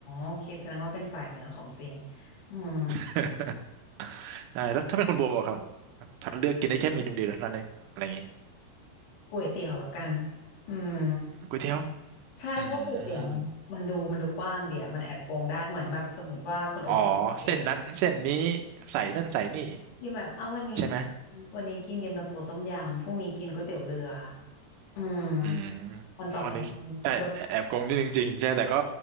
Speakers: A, on the left; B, on the right.
A: โอเคแสดงว่าเป็นสายเหนือของจริงอืม
B: <laughs> ใช่แล้วถ้าเป็นคุณโบอะครับถ้าเลือกกินได้แค่เมนูเดียวเท่านั้นเองอะไรอย่างงี้
A: ก๋วยเตี๋ยวแล้วกันอืม
B: ก๋วยเตี๋ยว
A: ใช่เพราะว่าก๋วยเตี๋ยวมันมันดูมันดูกว้างเดียวมันแอบโกงได้เหมือนแบบสมมติว่าคุณโอ๊กเลือกสเต็ก
B: อืม อ๋อเส้นนั้นเส้นนี้ใส่นั่นใส่นี่
A: กินแบบเอาวันนี้กินวันนี้กินเย็นตาโฟต้มยำพรุ่งนี้กินก๋วยเตี๋ยวเรือ
B: ใช่ไหม
A: อืม
B: อืม
A: วันต่อไปกินแบบ
B: โอ้อันนี้แต่แอบโกงนิดนึงจริงใช่แต่ก็